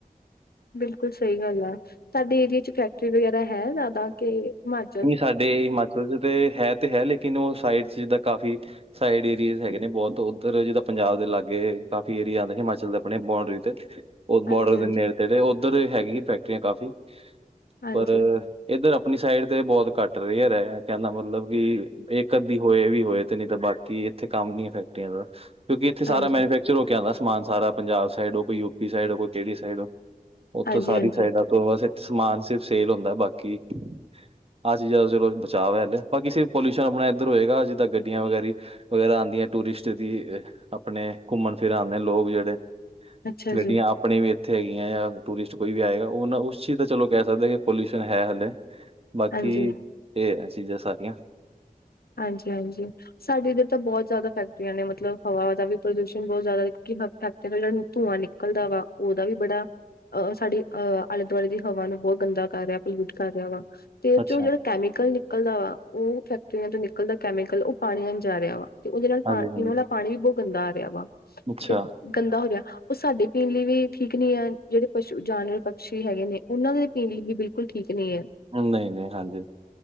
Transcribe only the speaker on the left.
ਬਿਲਕੁਲ ਸਹੀ ਗੱਲ ਆ ਸਾਡੇ ਏਰੀਏ ਚ ਫੈਕਟਰੀ ਵਗੈਰਾ ਹੈ ਜ਼ਿਆਦਾ ਕੇ ਮਨ
ਹਾਂਜੀ ਹਾਂਜੀ
ਹਾਂਜੀ
ਹਾਂਜੀ
ਹਾਂਜੀ
ਹਾਂਜੀ
ਅੱਛਾ
ਜੀ
ਹਾਂਜੀ
ਹਾਂਜੀ ਹਾਂਜੀ ਸਾਡੇ ਇੱਧਰ ਤਾਂ ਬਹੁਤ ਜ਼ਿਆਦਾ ਫੈਕਟਰੀਆਂ ਨੇ ਮਤਲਬ ਹਵਾ ਦਾ ਵੀ ਪ੍ਰਦੂਸ਼ਣ ਬਹੁਤ ਜ਼ਿਆਦਾ ਕੀ ਫੈਕਟਰੀਆਂ ਤੋਂ ਜਿਆਦਾ ਧੂੰਆਂ ਨਿਕਲਦਾ ਉਹਦਾ ਵੀ ਬੜਾ ਅਹ ਸਾਡੀ ਅਹ ਆਲੇ ਦੁਆਲੇ ਦੀ ਹਵਾ ਨੂੰ ਬਹੁਤ ਗੰਦਾ ਕਰ ਰਿਹਾ ਪਲੂਟ ਕਰ ਰਿਹਾ ਵਾ ਤੇ
ਚੋਂ ਜਿਹੜਾ ਕੈਮੀਕਲ ਨਿਕਲਦਾ ਵਾ ਉਹ ਫੈਕ ਫੈਕਟਰੀਆਂ ਤੋਂ ਨਿਕਲਦਾ ਕੈਮੀਕਲ ਉਹ ਪਾਣੀਆਂ ਜਾ ਰਿਹਾ ਵਾ ਤੇ ਉਹਦੇ ਨਾਲ
ਪਾਣੀ ਵੀ ਬਹੁਤ ਗੰਦਾ ਆ ਰਿਹਾ ਵਾ
ਤੇ ਗੰਦਾ ਹੋ ਗਿਆ ਉਹ ਸਾਡੇ ਪੀਣ ਲਈ ਵੀ ਠੀਕ ਨਹੀਂ ਹੈ ਜਿਹੜੇ ਪਸ਼ੂ ਜਾਨਵਰ ਪਕਸ਼ੀ ਹੈਗੇ ਨੇ ਉਹਨਾਂ ਦੇ ਪੀਣ ਲਈ ਵੀ ਬਿਲਕੁਲ ਠੀਕ ਨਹੀਂ ਹੈ।